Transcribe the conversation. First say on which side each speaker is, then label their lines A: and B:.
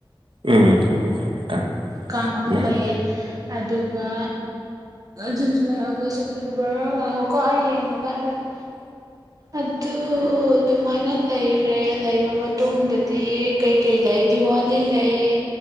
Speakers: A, on the right; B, on the right.
A: ꯎꯪꯉꯦ ꯈꯪꯉꯦ ꯀꯥꯡ
B: ꯀꯥꯡ ꯃꯨꯂꯩꯌꯦ
A: ꯅꯍꯥꯟ
B: ꯑꯗꯨꯒ ꯖꯨꯟ ꯖꯨꯂꯥꯏ ꯑꯥꯒꯁ ꯁꯦꯞꯇꯦꯝꯕꯔ ꯉ ꯍꯣꯀꯣ ꯑꯩ ꯌꯦꯡꯉꯒ ꯍꯥꯏꯔꯛꯀꯦ
A: <unintelligible>
B: ꯑꯗꯨ ꯑꯗꯨꯃꯥꯏꯅ ꯂꯩꯔꯦ ꯂꯩꯔꯕ ꯃꯇꯨꯡꯗꯗꯤ ꯀꯩꯀꯩ ꯂꯩ ꯗꯤꯋꯥꯂꯤ ꯂꯩ